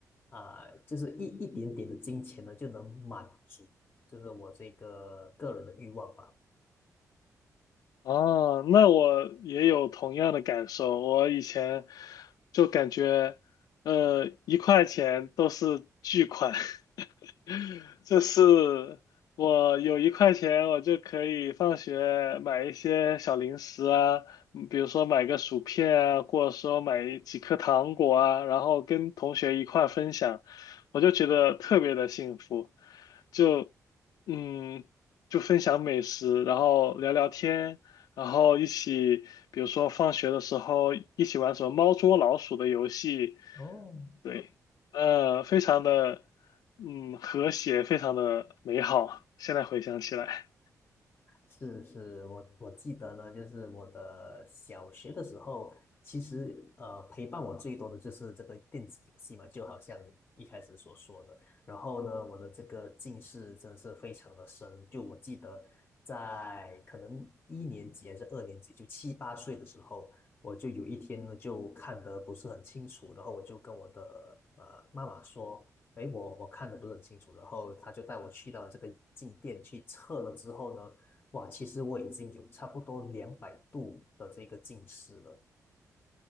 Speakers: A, on the left; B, on the left.
A: 啊、就是一一点点的金钱呢，就能满足，就是我这个个人的欲望吧。
B: 哦，那我也有同样的感受。我以前就感觉，呃，一块钱都是巨款，<laughs> 就是我有一块钱，我就可以放学买一些小零食啊，嗯比如说买个薯片啊，或者说买几颗糖果啊，然后跟同学一块分享，我就觉得特别的幸福，就嗯。就分享美食，然后聊聊天，然后一起，比如说放学的时候一起玩什么猫捉老鼠的游戏，
A: 哦，
B: 对，呃，非常的，嗯，和谐，非常的美好。现在回想起来，
A: 是是，我我记得呢，就是我的小学的时候，其实呃陪伴我最多的就是这个电子游戏嘛，就好像你一开始所说的。然后呢，我的这个近视真是非常的深，就我记得在可能一年级还是二年级，就七八岁的时候，我就有一天呢就看得不是很清楚，然后我就跟我的呃妈妈说。哎，我我看的不是很清楚，然后他就带我去到这个眼镜店去测了之后呢，哇，其实我已经有差不多两百度的这个近视了。